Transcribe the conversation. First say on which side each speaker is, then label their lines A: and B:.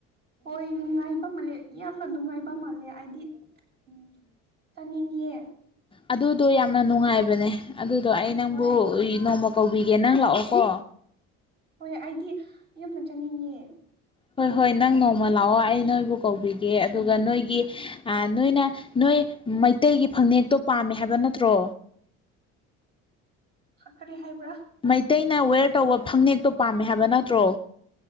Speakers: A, on the right (about 35°); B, on the left (about 20°).
A: ꯑꯣꯏꯣꯏꯅꯅꯨꯡꯉꯕ ꯌꯥꯝꯅ ꯅꯨꯡꯉꯥꯏꯕ ꯃꯥꯜꯂꯦ ꯑꯩꯗꯤ ꯎꯝ ꯆꯥꯅꯤꯡꯌꯦ
B: ꯑꯗꯨꯗꯣ ꯌꯥꯝꯅ ꯅꯨꯡꯉꯥꯏꯕꯅꯦ ꯑꯗꯨꯗꯣ ꯑꯩ ꯅꯪꯕꯨ
A: ꯍꯣꯏ
B: ꯅꯣꯡꯃ ꯀꯧꯕꯤꯒꯦ ꯅꯪ ꯂꯥꯛꯑꯣꯀꯣ
A: ꯍꯣꯏ ꯑꯩꯗꯤ ꯌꯥꯝꯅ ꯆꯠꯅꯤꯡꯉꯦ
B: ꯍꯣꯏ ꯍꯣꯏ ꯅꯪ ꯅꯣꯡꯃ ꯂꯥꯛꯑꯣ ꯑꯩ ꯅꯣꯏꯕꯨ ꯀꯧꯕꯤꯒꯦ ꯑꯗꯨꯒ
A: ꯎꯝ
B: ꯅꯣꯏꯒꯤ ꯅꯣꯏꯅ ꯅꯣꯏ ꯃꯩꯇꯩꯒꯤ ꯐꯅꯦꯛꯇꯣ ꯄꯥꯝꯃꯦ
A: ꯑꯥ
B: ꯍꯥꯏꯕ ꯅꯠꯇ꯭ꯔꯣ
A: ꯍꯥ ꯀꯔꯤ ꯍꯥꯏꯕ꯭ꯔꯥ
B: ꯃꯩꯇꯩꯅ ꯋꯦꯌꯔ ꯇꯧꯕ ꯐꯅꯦꯛꯇꯣ ꯄꯥꯝꯃꯦ ꯍꯥꯏꯕ ꯅꯠꯇ꯭ꯔꯣ